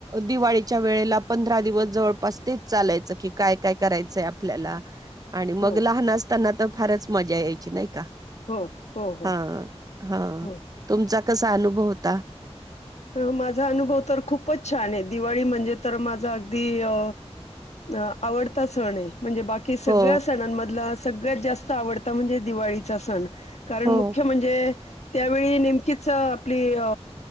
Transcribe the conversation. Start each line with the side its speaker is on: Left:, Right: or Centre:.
Right: दिवाळीच्या वेळेला पंधरा दिवस जवळपास तेच चालायचं की काय काय करायचंय आपल्याला आणि मग
Left: हो
Right: लहान असताना तर फारच मजा यायची नाही का
Left: हो हो हो
Right: हा हा
Left: हो
Right: तुमचा कसा अनुभव होता?
Left: ह माझा अनुभव तर खूपच छान आहे दिवाळी म्हण जे तर माझा अगदी अ अ आवडता सण आहे. म्हणजे बाकी सगळ्या
Right: हो
Left: सणांमधला सगळ्यात जास्त आवडता म्हणजे दिवाळीचा सण. कारण
Right: हो
Left: मुख्य म्हणजे त्यावेळी नेमकीच अ आपली अ